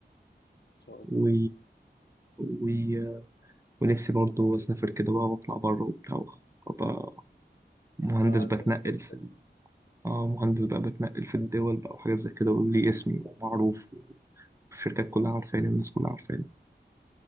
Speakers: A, on the left; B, on the right.
A: شاء الله
B: و... و... ونفسي برضو اسافر كده بقى واطلع بره وبتاع وأبقى مهندس
A: اه
B: بتنقل
A: انا نفسي برضه اسافر
B: في ال- اه مهندس بقى بتنقل في الدول بقى وحاجات زي كده وليه اسمي ومعروف والشركات كلها عارفاني والناس كلها عارفاني